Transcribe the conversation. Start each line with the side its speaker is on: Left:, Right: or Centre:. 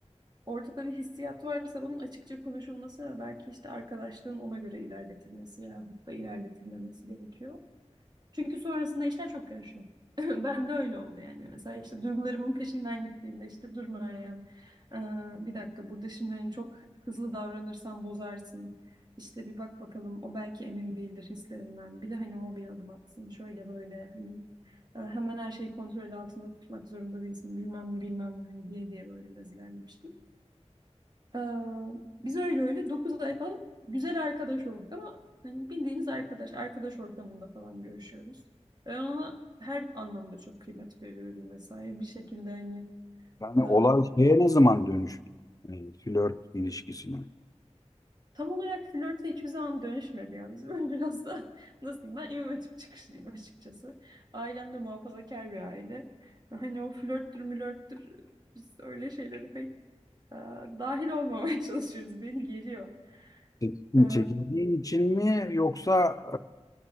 Right: ortada bir hissiyat varsa bunun açıkça konuşulması ve belki işte arkadaşlığın ona göre ilerletilmesi yahut da ilerletilmemesi gerekiyor. Çünkü sonrasında işler çok karışıyor. <laughs> Ben de öyle oldu yani. Mesela işte duygularımın peşinden gittiğimde işte dur Meryem, ee, bir dakika burada şimdi hani çok hızlı davranırsan bozarsın. İşte bir bak bakalım o belki emin değildir hislerinden. Bir de hani o bir adım atsın şöyle böyle hani e, hemen her şeyi kontrol altında tutmak zorunda değilsin bilmem ne bilmem ne hani diye diye böyle biraz ilerlemiştim. Ee, biz öyle öyle 9 ay falan güzel arkadaş olduk ama hani bildiğiniz arkadaş, arkadaş ortamında falan görüşüyoruz. Ben ona her anlamda çok kıymet veriyorum vesaire. Bir şekilde hani
Left: Yani
Right: e,
Left: olay şeye ne zaman dönüştü? E, flört ilişkisine.
Right: tam olarak flörte hiçbir zaman dönüşmedi ya bizim. <laughs> Ben biraz da nasıl diyeyim ben İmam Hatip çıkışlıyım açıkçası. Ailem de muhafazakar bir aile. Hani o flörttür mülörttür biz öyle şeyleri pek e, dahil olmamaya <laughs> çalışıyoruz. Beni geriyor.
Left: Çekin-
Right: E,
Left: Çekindiğin için mi yoksa